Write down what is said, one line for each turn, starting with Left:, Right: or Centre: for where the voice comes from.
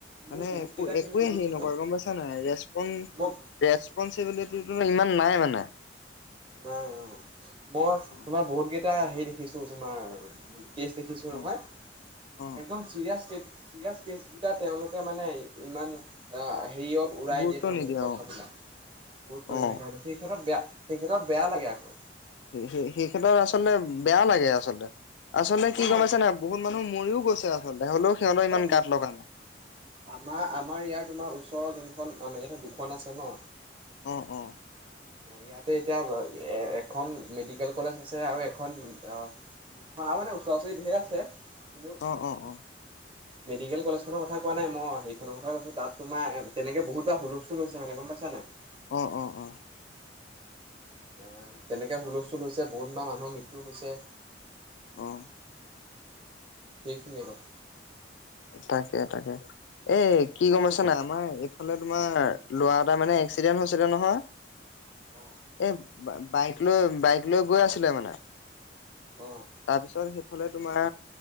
Left: মানে
Right: মোৰ বহুত
Left: একো
Right: কেইটা কেছ
Left: একোৱে
Right: দেখিছোঁ
Left: হেৰি নকয় গম পাইছা নাই ৰেপন
Right: মই
Left: ৰেচপনচিবিলিটো ইমান। নাই মানে।
Right: নাই অ মই
Left: অ
Right: তোমাৰ বহুত কেইটা হে। দেখিছো তোমাৰ। কেচ দেখিছো
Left: হয়
Right: নহয়,
Left: অ
Right: একদম চিৰিয়াচ চিৰিয়া। কেচ কেইটা তেওঁলোকে মানে ইমান অ। হেৰিয়ত উৰাই
Left: গুৰুত্ব
Right: দিয়ে তেওঁলোকে
Left: নিদিয়ে
Right: কথাবিলাক
Left: অ
Right: গুৰুত্ব নিদিয়াকে
Left: অ
Right: হয় সেই ক্ষেত্ৰত বেয়া। সেই ক্ষেত্ৰত বেয়া লাগে আকৌ।
Left: সে সেই ক্ষেত্ৰত আচলতে বেয়া লাগে আচলতে। আচলতে কি
Right: অ
Left: গমপাই ছানে বহুত মানুহ মৰিও গৈছে <unintelligible>
Right: অঁ
Left: গাত লগা নাই।
Right: আমাৰ আমাৰ ইয়াৰ তোমাৰ ওচৰৰ যোন খন আমাৰ ই দুখন আছে ন
Left: অঁ অঁ
Right: ইয়াতে এতিয়া এখন মেডিকেল কলেজ আছে আৰু এখন দুখন আৰু মানে ওচৰা ওচৰিত ঢেৰ আছে কিন্তু
Left: অঁ অঁ অঁ
Right: মেডিকেল কলেজ খনৰ কথা কোৱা নাই মই সেইখনৰ কথা কৈছো তাত তোমাৰ তেনেকে বহুত বাাৰ হুলস্থুল হৈছে মানে গম পাইছা নাই
Left: অঁ অঁ অঁ
Right: এন তেনেকে হুলস্থুল হৈছে। বহুতমান মানুহৰ মৃত্যু হৈছ
Left: অঁ।
Right: সেইখিনিয়ে কথা।
Left: তাকে তাকে এ কি
Right: আকৌ
Left: গম পাই চা নাই আমাৰ এইফালে তোমাৰ ল'ৰা এটা মানে এক্সিডেন্ট হৈছিলে নহয়
Right: অ
Left: এই বাইক লৈ বাইক লৈ গৈ আছিলে মানে
Right: অ
Left: তাৰপিছত সেই ফালে তোমাৰ